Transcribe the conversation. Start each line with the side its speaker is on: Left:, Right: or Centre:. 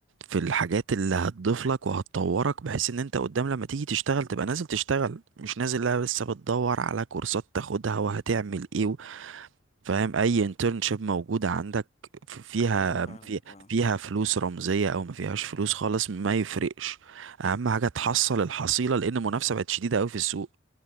Right: في الحاجات اللي هتضيف لك وهتطورك بحيث ان انت قدام لما تيجي تشتغل تبقى نازل تشتغل مش نازل لا لسه بتدور على كورسات تاخدها وهتعمل ايه و- فاهم اي انترنشيب موجودة عندك ف- فيها
Left: ايوه فاهمك
Right: في...
Left: اه
Right: فيها فلوس رمزية او ما فيهاش فلوس خالص ما يفرقش اهم حاجة تحصل الحصيلة لان المنافسة بقت شديدة قوي في السوق